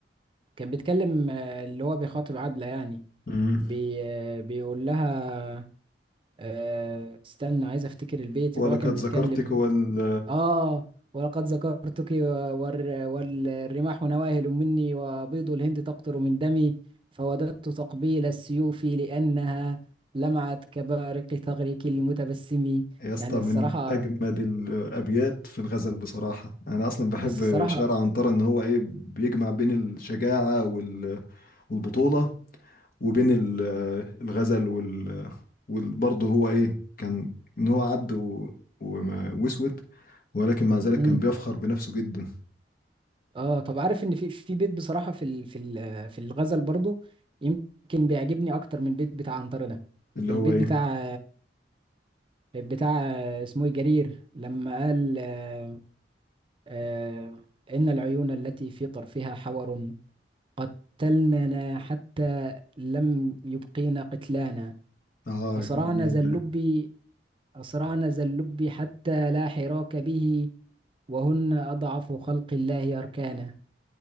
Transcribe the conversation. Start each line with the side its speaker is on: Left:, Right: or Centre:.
Right: كان بيتكلم آه، اللي هو بيخاطب عبلة يعني
Left: امم
Right: بي بيقول لها آه، استنى عايز افتكر البيت
Left: ولقد
Right: اللي هو كان بيتكلم
Left: ذكرتك هو ال-
Right: اه ولقد ذكرتك و- والر- والرماح نواهل مني وبيض الهند تقطر من دمي فوددت تقبيل السيوف لأنها لمعت كبارق ثغرك المتبسم
Left: يا اسطى
Right: يعني الصراحة
Left: من أجمد الأبيات في الغزل بصراحة أنا أصلا بحب
Right: بس الصراحة
Left: شعر عنترة إن هو إيه بيجمع بين الشجاعة وال والبطولة وبين ال- الغزل وال وبرضه هو ايه كان ان هو عبد و- وما- واسود ولكن مع ذلك
Right: امم
Left: كان بيفخر بنفسه جدا
Right: اه طب عارف ان في في بيت بصراحة في ال في ال في الغزل برضو يمكن بيعجبني اكتر من البيت بتاع عنترة ده
Left: اللي
Right: البيت
Left: هو ايه
Right: بتاع بتاع اسمه إيه؟ جرير لما قال آه، آه، إن العيون التي في طرفها حور قتلننا حتى لم يبقينا قتلانا
Left: اه
Right: أسرعنا
Left: جميل
Right: ذا اللب
Left: ده
Right: أسرعنا ذا اللب حتى لا حراك به وهن أضعف خلق الله أركانا